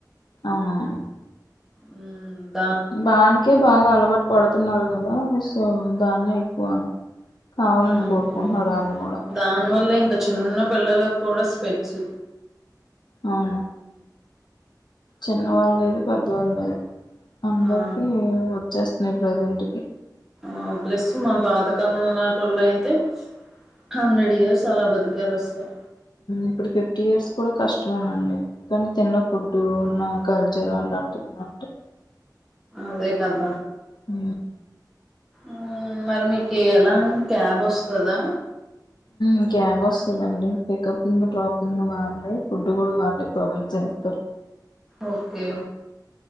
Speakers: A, on the left; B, in the centre.
A: అవునవును
B: ఉహు
A: దానికే బాగా అలవాటు పడుతున్నారు కదా సో దాన్నే ఎక్కువ కావాలని
B: ఉమ్
A: కోరుకుంటున్నారు వాళ్ళు కూడా మరి
B: దానివల్లే ఇంకా చిన్న పిల్లలకు కూడా స్పెట్స్
A: అవును చిన్నవాళ్ళు ఐగా పెద్దవాళ్ళు అయ్యిరు అందరికి
B: ఆ
A: వచ్చేస్తున్నాయి ప్రజెంట్ కి
B: ఆ ప్లస్ మన పాతకం నాటి వాళ్ళు అయితే హండ్రెడ్ ఇయర్స్ అలా బతికారు అసలు
A: ఇప్పుడు ఫిఫ్టీ ఇయర్స్ కూడా కష్టమేనండి. ఎందుకంటే తిన ఫుడ్
B: మ్మ్
A: ఉన్న కల్చర్ అలాటు అంటే
B: అదే కద
A: ఉ
B: ఉ మరి మీకు ఎలా క్యాబ్ వస్తదా.
A: ఉ క్యాబ్ వస్తదండి పికపింగ్ డ్రాపింగ్ కాన్ని ఫుడ్ కూడా వల్లే ప్రొవైడ్ చేస్తారు.
B: ఓకే